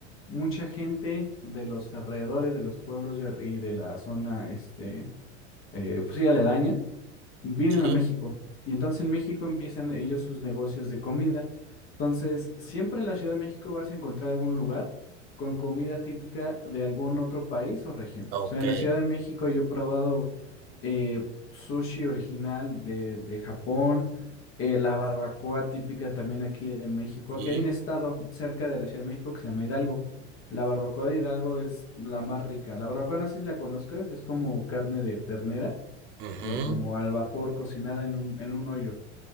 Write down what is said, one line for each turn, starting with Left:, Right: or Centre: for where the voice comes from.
Left: Mucha gente de los alrededores, de los pueblos y, ar- y de la zona, este, eh, pues sí, aledaña, vienen
Right: Sí,
Left: a México y entonces en México empiezan ellos sus negocios de comida. Entonces, siempre en la Ciudad de México vas a encontrar algún lugar con comida típica de algún otro país o región.
Right: ok,
Left: O sea, en la Ciudad de México yo he probado eh, sushi original de, de Japón, eh, la barbacoa típica también aquí de México.
Right: sí,
Left: Aquí hay un estado cerca de la Ciudad de México que se llama Hidalgo. La barbacoa de Hidalgo es la más rica. La barbacoa no sé si la conozcas, es como carne de ternera
Right: ujú.
Left: eh, como al vapor cocinada en un, en un hoyo.